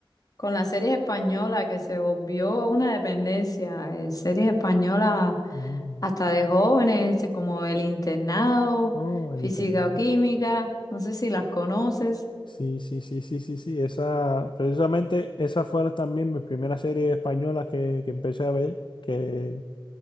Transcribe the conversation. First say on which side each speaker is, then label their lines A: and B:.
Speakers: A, on the left (about 45°); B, on the left (about 60°).
A: con la serie española que se volvió una dependencia. eh, series españolas
B: Mm.
A: hasta de jóvenes, este, como El Internado,
B: Oh, el
A: Física
B: internado.
A: o Química. No sé si las conoces.
B: Sí, sí, sí, sí, sí, sí, esa, precisamente esas fueron también mis primeras series españolas que, que empecé a ver, que